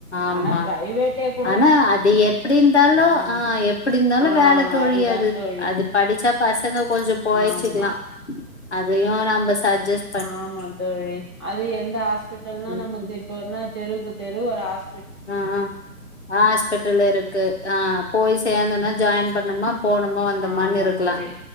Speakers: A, on the left; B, on the right.
A: ஆமா
B: ஆனா பிரைவேட்டே கூட
A: ஆனா அத எப் எப்டி இருந்தாலு
B: ம்
A: அ எப் எப்டி இருந்தாலு
B: ஆ
A: வேல தோழி
B: அதுதா
A: அது
B: தோழி
A: அது படிச்சா பசங்க கொஞ்சோ பொழச்சிக்லா
B: ஆமா
A: அதயு நம்ப சஜ்ஜஸ்
B: ஆமா தோழி அது எந்த ஹாஸ்பிடல்ன்னு
A: ம்
B: நமக்கு இப்ப என்ன தெருவுக்கு தெரு ஒரு ஹாஸ் ஹாஸ்பி
A: ஆ ஆ ஹாஸ்பிட்டல் இருக்கு ஆ போய் சேந்தோனா ஜாயின் பண்ணோமா போனோமா வந்தமானு
B: ஆமா
A: இருக்லா
B: தோழி